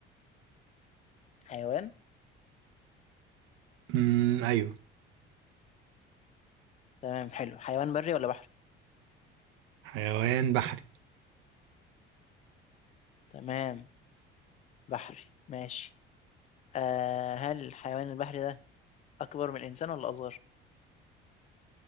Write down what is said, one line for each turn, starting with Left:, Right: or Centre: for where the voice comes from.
Left: حيوان
Right: مم ايوه
Left: تمام حلو حيوان بري ولا بحري
Right: حيوان بحري
Left: تمام بحري ماشي آه هل الحيوان البحري ده أكبر من الإنسان ولا أصغر